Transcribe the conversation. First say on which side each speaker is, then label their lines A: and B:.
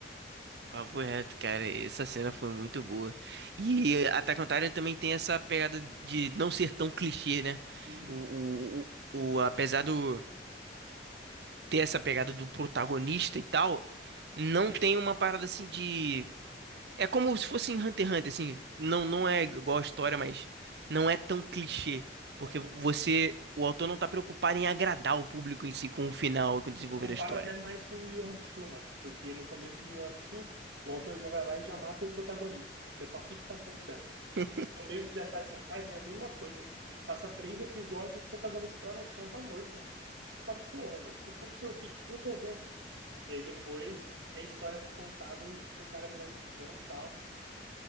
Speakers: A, on the right; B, on the right.
A: Papo reto, cara, essa cena foi muito boa. E Attack on Titan também tem essa pegada de não ser tão clichê, né?
B: Hum.
A: O, o, o, o- apesar do ter essa pegada do protagonista e tal, não tem uma parada assim de. É como se fosse em Hunter x Hunter, assim. Não, não é igual a história, mas não é tão clichê. Porque
B: É,
A: você,
B: eu, com-
A: o autor não tá preocupado em agradar o público em si com o final, com o desenvolver
B: eu comparo
A: da história.
B: até mais com o Yu Yu Hakusho, mano, porque no começo do Yu Yu Hakusho, o autor já vai lá e já mata o protagonista. Você fala, o que que tá acontecendo?
A: <laughs>
B: Começo de Attack on Titan é a mesma coisa, mano. Passa três episódios, o protagonista lá no chão tá morto, mano. Você fala, porra, mano, o que aconteceu aqui? O que eu tô vendo? E aí depois é a história pra contar do, do cara virando titã e tal.